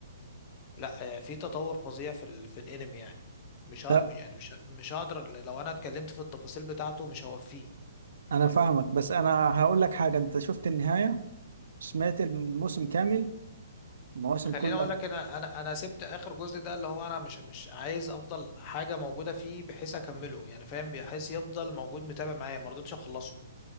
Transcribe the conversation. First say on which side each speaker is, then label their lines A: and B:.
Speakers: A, on the left; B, on the right.
A: لا آه، في تطور فظيع في ال... في الانمي يعني مش
B: طب
A: هقدر يعني مش مش هقدر لو انا اتكلمت في التفاصيل بتاعته مش هوفيه
B: انا فاهمك بس انا هقول لك حاجه انت شفت النهايه سمعت الموسم كامل المواسم
A: خليني
B: كلها
A: اقول لك انا انا انا سبت اخر جزء ده اللي هو انا مش مش عايز افضل حاجه موجوده فيه بحيث اكمله يعني فاهم بحيث يفضل موجود متابع معايا ما رضيتش اخلصه